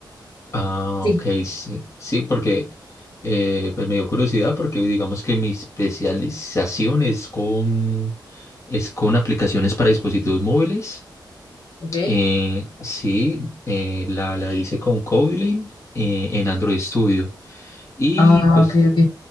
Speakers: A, on the left (about 35°); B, on the left (about 70°).
A: Ah,
B: Sí.
A: ok, sí. Sí, porque eh, pues me dio curiosidad porque digamos que mi especialización es con, es con aplicaciones para dispositivos móviles.
B: ¿ok?
A: Eh, sí, eh, la, la hice con Kotlin eh, en Android Studio. Y
B: Ah,
A: pues
B: ok, ok.